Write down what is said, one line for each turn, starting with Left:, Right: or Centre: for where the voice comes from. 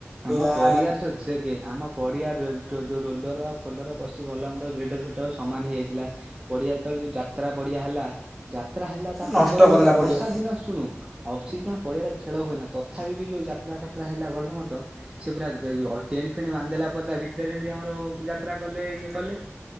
Right: ଆମ
Centre: ଆ
Right: ପଡିଆର ଚଛ କେ ଆମ ପଡ଼ିଆ ର ଟ୍ ଯେଉଁ ରୋଲର ଫୋଲର ପଶି ଭଲମନ୍ଦ ଗ୍ରେଟର ଫେଟର ସମାନ ହେଇଯାଇଥିଲା। ପଡିଆ ଯେତେବେଳେ ଯୋଉ ଯାତ୍ରା ପଡିଆ ହେଲା ଯାତ୍ରା ହେଲା ତା ପୂର୍ବରୁ
Centre: ନଷ୍ଟ କରିଦେଲା
Right: ବି ବର୍ଷା
Centre: ପଡ଼ିଆ
Right: ଦିନ ଶୁଣୁ ଅଫସିଟ ଆମ ପଡିଆରେ ଖେଳ ହୁଏନା। ତଥାପି ବି ଯୋଉ ଯାତ୍ରା ଫାତ୍ରା ହେଲା ଭଲ ମନ୍ଦ ସେ ପୁରା ଗ ଯୋଉ ଟେଣ୍ଟ ଫେଣ୍ ବାନ୍ଧି ଦେଲାପରେ ତା ଭିତରେ ଏମତି ଆମର ଯାତ୍ରା କଲେ ଇଏ କଲେ